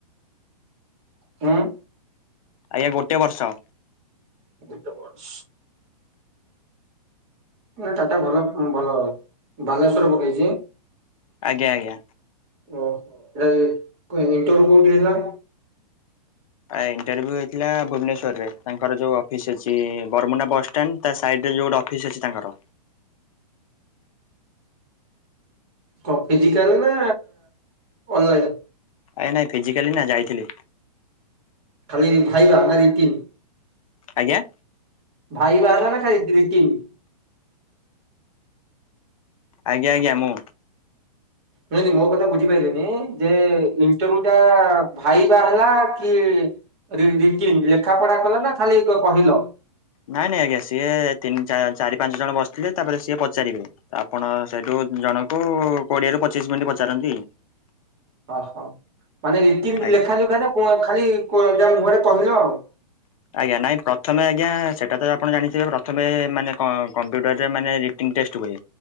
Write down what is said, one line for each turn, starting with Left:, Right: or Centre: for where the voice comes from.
Right: ହଁ।
Left: ଆଜ୍ଞା ଗୋଟେ ବର୍ଷ।
Right: ଗୋଟେ ବର୍ଷ। ଟାଟା ଭଲ ଭଲ ବାଲେଶ୍ଵର ରେ ପକେଇଛି।
Left: ଆଜ୍ଞା ଆଜ୍ଞା।
Right: ଓହୋ ଏଟା ଇଣ୍ଟର୍ଭୁ କୋଉଠି ହେଇଥିଲା?
Left: ଆ ଇଣ୍ଟରଭ୍ୟୁ ହେଇଥିଲା ଭୁବନେଶ୍ଵର ରେ ତାଙ୍କର ଯୋଉ ଅଫିସ୍ ଅଛି ବରମୁଣ୍ଡା ବସ୍ ଷ୍ଟାଣ୍ଡ, ତା ସାଇଡ ରେ ଯୋଉ ଗୋଟେ ଅଫିସ୍ ଅଛି ତାଙ୍କର
Right: କଣ ଫିଜିକାଲ୍ ନା ଅନଲାଇନ୍?
Left: ଆଜ୍ଞା ନାଇଁ ଫିଜିକାଲି ନା ଯାଇଥିଲି।
Right: ଖାଲି ଭାଇବା ନା ରିଟିନ୍?
Left: ଆଜ୍ଞା।
Right: ଭାଇବା ହେଲା ନା ଖାଲି ରିଟିନ୍?
Left: ଆଜ୍ଞା-ଆଜ୍ଞା ମୁଁ
Right: ନାଇଁ-ନାଇଁ ମୋ କଥା ବୁଝିପାଇଲେନି, ଯେ ଇଣ୍ଟରଭ୍ୟୁ ଟା ଭାଇବା ହେଲା କି ରିଟିନ୍, ଲେଖା ପଢା କଲ ନା ଖାଲି କହିଲ?
Left: ନାଇଁ-ନାଇଁ ଆଜ୍ଞା ସିଏ ତିନି ଚାରି ପାଞ୍ଚ ଜଣ ବସିଥିବେ ତାପରେ ସିଏ ପଚାରିବେ। ଆପଣ ସେଇଠୁ ଜଣଙ୍କୁ କୋଡିଏ ରୁ ପଚିଶ ମିନିଟ୍ ପଚାରନ୍ତି।
Right: ଓହୋ, ମାନେ ରିଟିନ୍
Left: ଆଜ୍ଞା
Right: ଲେଖା ଯୋଉଟା ହେଇଥବ ଖାଲି କ ଯାହା ମୁହଁରେ <unintelligible> ଆଉ।
Left: ଆଜ୍ଞା ନାଇଁ ପ୍ରଥମେ ଆଜ୍ଞା ସେଇଟା ତ ଆପଣ ଜାଣିଥିବେ ପ୍ରଥମେ ମାନେ କ କମ୍ପ୍ୟୁଟରରେ ମାନେ ଇଣ୍ଟ୍ରେଷ୍ଟ ହୁଏ